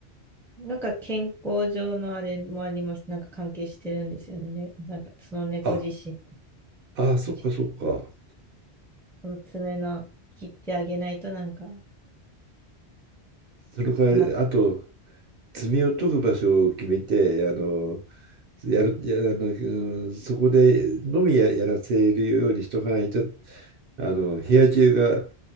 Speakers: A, in the centre; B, on the right.
A: なんか健康上のあれもあります。なんか関係してるんですよね。ねなんかその猫自身、
B: あ、ああ、そっかそっか。
A: ちその爪の切ってあげないとなんか、
B: その代わり、
A: あまり、
B: あと、罪を解く場所を決めて、あの、やる、や、あの、うんそこでのみや、やらせるようにしとかないと、あの、部屋中が、